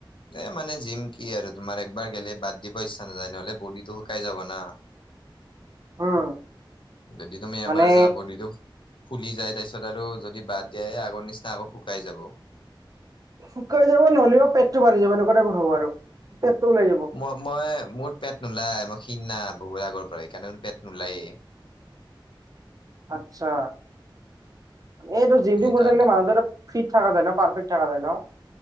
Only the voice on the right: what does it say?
উম
মানে
শুকাই যাব নহলেবা পেটটো বাঢ়ি যাব এনেকুৱা টাইপৰ হব আৰু। পেটটো ওলাই যাব
আতছা, এইটো জিম
টীম কৰি থাকিলে মানুহ <unintelligible> ফিট থাকা যাই ন, পাৰফেক থাকা যায় ন?